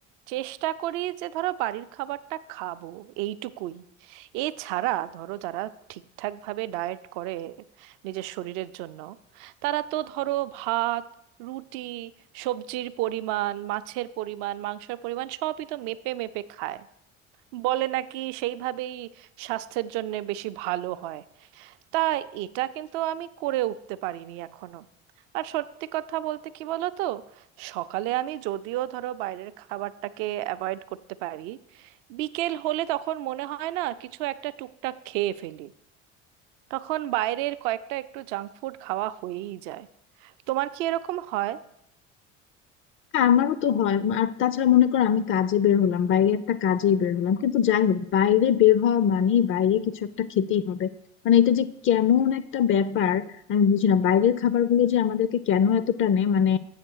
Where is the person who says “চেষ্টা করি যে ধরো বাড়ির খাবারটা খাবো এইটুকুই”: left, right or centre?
Right